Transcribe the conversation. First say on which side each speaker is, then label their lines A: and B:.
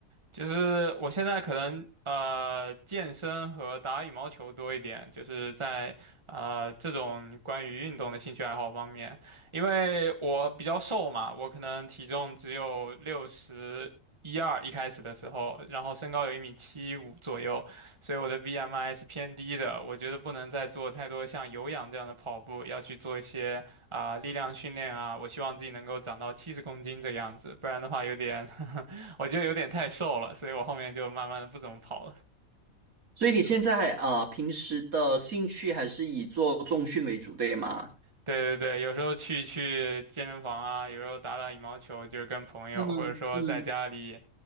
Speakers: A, on the right; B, on the right.
A: 就是我现在可能呃健身和打羽毛球多一点，就是在呃这种关于运动的兴趣爱好方面，因为我比较瘦嘛，我可能体重只有六十一二一开始的时候，然后身高有一米七五左右，所以我的 BMI 是偏低的。我觉得不能再做太多像有氧这样的跑步，要去做一些啊、力量训练啊。我希望自己能够长到七十公斤这个样子，不然的话有点 <laughs> 我觉得有点太瘦了，所以我后面就慢慢的不怎么跑了。
B: 所以你现在还啊、平时的兴趣还是以做重训为主，对吗？
A: 对对对，有时候去去健身房啊，有时候打打羽毛球，就是跟朋友，
B: 嗯嗯
A: 或者说在家里